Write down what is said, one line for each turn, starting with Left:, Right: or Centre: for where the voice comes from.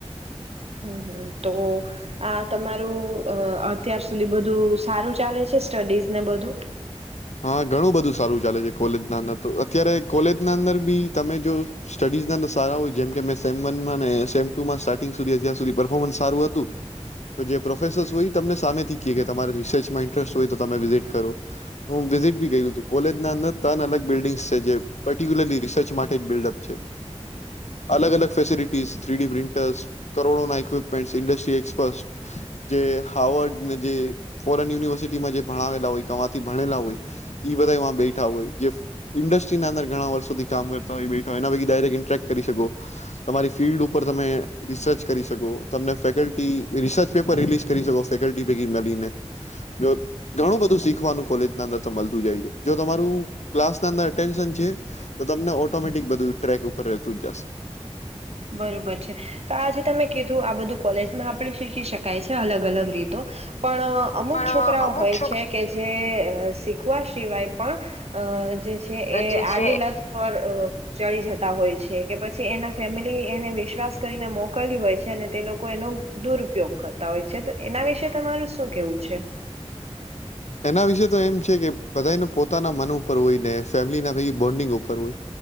Right: હમ્મ હમ્મ તો આ તમારું અત્યાર સુધી બધું સારું ચાલે છે સ્ટડીઝ ને બધું?
Left: હા ઘણું બધું સારું ચાલે છે કોલેજના અંદર તો અત્યારે કોલેજના અંદર બી તમે જો સ્ટડીઝના અંદર સારા હોય જેમ કે મે સેમ વનમાં સેમ ટુમાં સ્ટાર્ટિંગ સુધી અાર સુધી પરફોર્મન્સ સારું હતું તો જે પ્રોફેસર્સ હોય તમને સામેથી ક કે તમારે રિસર્ચમાં ઇન્ટરેસ્ટ હોય તો તમે વિઝિટ કરો. હું વિઝિટ બી કર કોલેજના અંદર ત્રણ અલગ બિલ્ડિંગ્સ છે જે પર્ટિક્યુલર રિસર્ચ માટે જ બિલ્ડઅપ છે અલગ અલગ ફેસિલટીસ થ્રીડી પ્રિન્ટર્સ કરોડોના ઇક્વિપમેન્ટ ઇન્ડસ્ટ્રી એક્સપર્ટ જે હાર્ર્ડને જે ફોરેન યુનિવર્સિટીમાં જે ભણાવલા હોયથી હોય બધા બેઠા હોય ન્સ્ટ્રી અંદર ઘણા વર્ષોથી કામ કરતાય બેા હોય એના પ ડાયક ઇન્ટક કરીકો તમારી ફિલ્ડ ઉપર તમે રિસર્ચ કરી શકો તલ રસર્ પેપ રિલીઝ કરી શકો ફેલ્ટ પૈને જો ઘણું બધું શીખવાનું કોલેજ અંદર મળતું જાય છે જો તમારું ક્લાસ અંદરટેન્શન છે તો તમને ઓટોમેટિક બધું ટ્રેક ઉપર રહેતું જ જશે.
Right: બરોબર છે તો આથી તમે કીધું આ બધું કોલેજમાં આપણે શીખી શકાય છે અલગ અલગ રીતો. પણ અમુક
Left: પણ
Right: છોકરાઓ
Left: અમુક
Right: હોય
Left: છોક
Right: છે કે સિખ વા સિવાય પણ અ જે છે એ
Left: જે
Right: આડી
Left: છે
Right: લત પર અ ચડી જતા હોય છે કે પછી એના ફેમિલી એને વિશ્વાસ કરીને મોકલી હોય છે અને તે લોકો એનો દુરપયોગ કરતા હોય છે તો એના વિશે તમારું શું કેવું છે.
Left: એના વિશેે તો એમ છે કે બધાને પોતાના મન ઉપર હોય ને ફેમિલીના બોન્ડિંગ ઉપર હોય